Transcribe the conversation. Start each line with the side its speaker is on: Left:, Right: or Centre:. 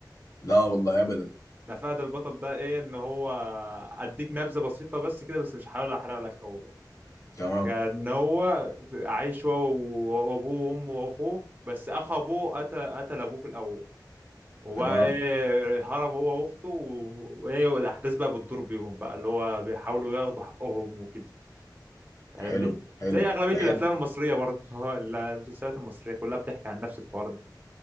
Left: لا والله ابدا
Right: ده فهد البطل ده ايه ان هو اديك نبذه بسيطه بس كده بس مش هحاول احرق لك قوي بقى
Left: تمام
Right: يعني ان هو في- عايش هو و- وابوه وامه واخوه بس اخ ابوه قتل قتل ابوه في الاول وبقى
Left: تمام
Right: ايه هرب هو واخته و- وايه والاحداث بقى بتدور بيهم بقى اللي هو بيحاولوا ياخدوا حقهم وكده فاهمني
Left: حلو حلو
Right: زي اغلبيه
Left: ده حلو
Right: الافلام المصريه برضه <laughs> المسلسلات المصريه كلها بتحكي عن نفس الحوار ده.